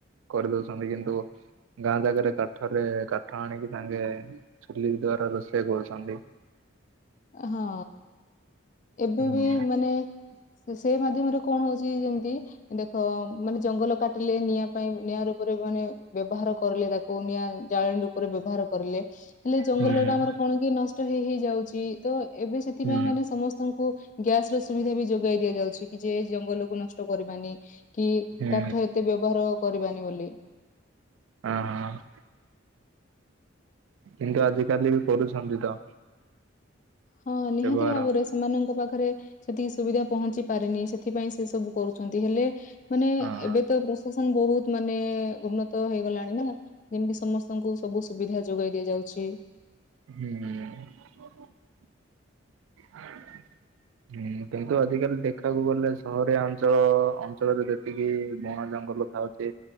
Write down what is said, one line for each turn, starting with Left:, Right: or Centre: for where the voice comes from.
Right: କରିଦଉଛନ୍ତି କିନ୍ତୁ? ଗାଁ ଜାଗାରେ କାଠରେ କାଠ ଆଣିକି ସାଙ୍ଗେ ଚୁଲି ଦ୍ଵାରା ରୋଷେଇ କରୁଛନ୍ତି।
Left: ହଁ ଏବେ
Right: ହୁଁ
Left: ବି ମାନେ ସେଇ ମାଧ୍ୟମରେ କଣ ହଉଛି ଯେମିତି ଦେଖ ମାନେ ଜଙ୍ଗଲ କାଟିଲେ ନିଆଁ ପାଇଁ ନିଆଁ ରୂପରେ ମାନେ ବ୍ୟବହାର କରିଲେ ତାକୁ ନିଆଁ ଜାଳିଣୀ ରୂପରେ ବ୍ୟବହାର କରିଲେ ହେଲେ ଜଙ୍ଗଲ
Right: ହୁଁ
Left: ଟା ଆମର କଣ କି ନଷ୍ଟ ହେଇ ହୋଇ ଯାଉଛି। ତ ଏବେ ସେଥିପାଇଁ
Right: ହୁଁ
Left: ମାନେ ସମସ୍ତେ ଙ୍କୁ ଗ୍ୟାସ ର ସୁବିଧା ବି ଯୋଗାଇ ଦିଆଯାଉଛି କି ଯେ ଜଙ୍ଗଲକୁ ନଷ୍ଟ କରିବାନି। କି
Right: ହଁ
Left: କାଠ ଏତେ ବ୍ୟବହାର କରିବାନି ବୋଲି।
Right: ହଁ ହଁ। କିନ୍ତୁ ଆଜିକାଲି ବି କରୁଛନ୍ତି ତ।
Left: ହଁ ନିହାତି
Right: ବ୍ୟବହାର
Left: ଭାବରେ ସେମାନଙ୍କ ପାଖରେ ସେତିକି ସୁବିଧା ପହଞ୍ଚି ପାରିନି ସେଥିପାଇଁ ସେ ସବୁ କରୁଛନ୍ତି ହେଲେ ମାନେ
Right: ହଁ
Left: ଏବେ ତ ପ୍ରଶାସନ ବହୁତ ମାନେ ଉନ୍ନତ ହେଇଗଲାଣି ନା ଯେମିତି ସମସ୍ ସମସ୍ତଙ୍କୁ ସବୁ ସୁବିଧା ଯୋଗାଇ ଦିଆଯାଉଛି।
Right: ହୁଁ <unintelligible> ଆ <unintelligible> କିନ୍ତୁ ଆଜିକାଲି ଦେଖିବାକୁ ଗଲେ ସହରିଆ ଅଞ୍ଚଳ ଅଞ୍ଚଳରେ ଯେତିକି ବଣ ଜଙ୍ଗଲ ଥାଉଛି